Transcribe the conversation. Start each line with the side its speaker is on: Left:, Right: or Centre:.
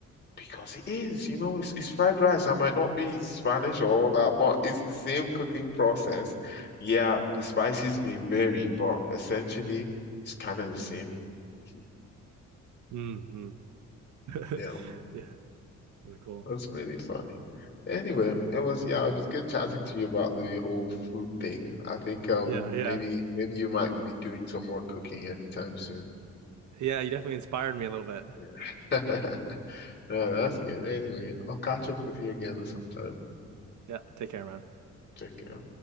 Left: because it is, you know, it's, it's fried rice. I might not be Spanish or all that, but it's the same cooking process. Yeah, the spices may vary, but essentially it's kind of the same. <laughs>
Right: <laughs> hmm <laughs>
Left: Yeah,
Right: Yeah, pretty cool.
Left: that's really funny. Anyway, it was yeah, it was good chatting to you about the whole food thing. I think um
Right: Yeah, yeah.
Left: maybe maybe you might be doing some more cooking anytime soon.
Right: Yeah, you definitely inspired me a little bit.
Left: Yeah. <laughs> Yeah, that's good. Anyway, I'll catch up with you again sometime.
Right: Yeah, take care, man.
Left: Take care.